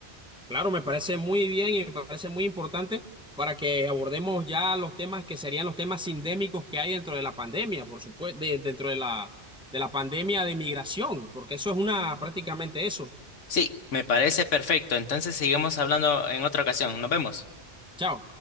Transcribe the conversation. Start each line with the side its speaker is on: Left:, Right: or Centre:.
Centre: Claro, me parece muy bien y me parece muy importante para que abordemos ya los temas que serían los temas sindémicos que hay dentro de la pandemia, por supuesto, de- dentro de la, de la pandemia de migración, porque eso es una prácticamente eso.
Left: Sí, me parece perfecto. Entonces sigamos hablando en otra ocasión. Nos vemos.
Centre: Chao.